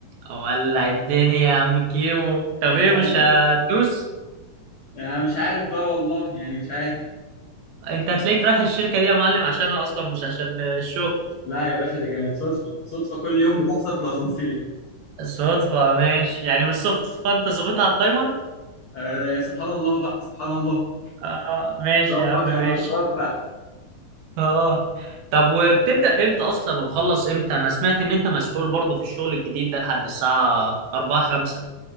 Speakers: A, on the right; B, on the left.
A: ولع الدنيا يا عم كيمو طب
B: أيوة.
A: ايه مش هتدوس
B: انا مش عارف بقى والله يعني مش عارف
A: انت هتلاقيك رايح الشركه دي يا معلم عشانها اصلا مش عشان الشغل
B: لا يا باشا دي كانت صدفة صدفة كل يوم بتحصل في الاسانسير
A: صدفه ماشي يعني مش صدفه انت ظابطها على التايمر
B: آه يعني سبحان الله بقى سبحان الله
A: اه ماشي
B: ربك
A: يا عم ماشي
B: لما بيوفق
A: اه طب وبتبدأ امتى اصلا وتخلص امتى انا سمعت ان انت مسحول برضه في الشغل الجديد ده لحد الساعة 4 5